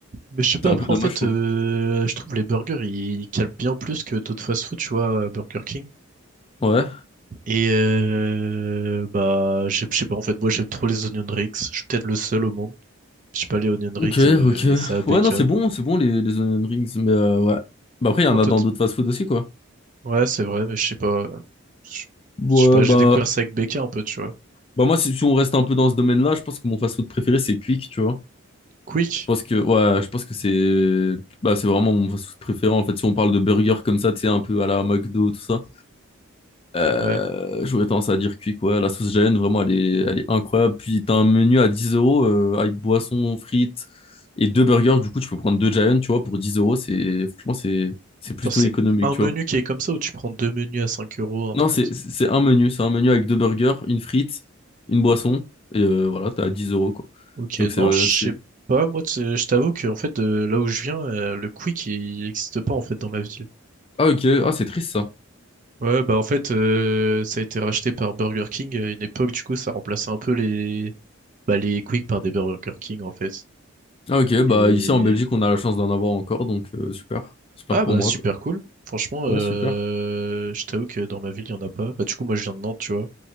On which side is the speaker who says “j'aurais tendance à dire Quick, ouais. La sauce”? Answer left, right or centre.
Left